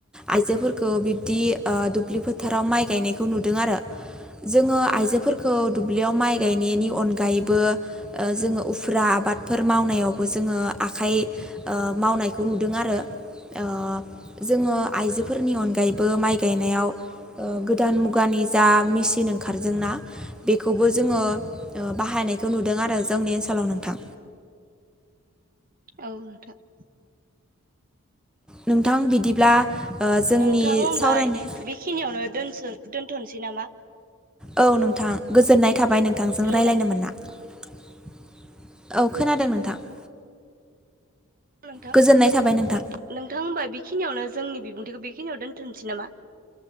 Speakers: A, in the centre; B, on the right.
A: आइजोफोरखौ बिब्दि ओ दुब्लि फोथाराव फ्राव माइ गायनायखौ नुदों आरो। जोङो आइजोफोरखौ दुब्लियाव माइ गायनायनि अनगायैबो ओ जोङो उफ्रा आबादफोर मावनायावबो जोङो आखाइ ओ मावनायखौ नुदों आरो। ओ जोङो आइजोफोरनि अनगायैबो माइ गायनायाव ओ गोदान मुगानि जा मेसिन ओंखारदोंना बेखौबो जोङो बाहाय नायखौ नुदों आरो जोंनि ओनसोलाव नोंथां।
B: <inaudible> औ नोंथां।
A: <inaudible> नोंथां बिदिब्ला ओ जोंनि
B: नोंथां होमबा
A: सावरायनाय
B: बेखिनियावनो दोनस-दोनथ'नोसै नामा?
A: औ नोंथां गोजोननाय थाबाय नोंथांजों
B: हेलौ
A: रायलायनो
B: नोंथां
A: मोनना। <inaudible> औ खोनादों नोंथां। <inaudible>
B: नोंथां
A: गोजोननाय थाबाय नोंथां
B: नों-नोंथां होनबा बेखिनियावनो जोंनि बि बिबुंथिखौ बेखिनियाव दोन्थ'नसै नामा?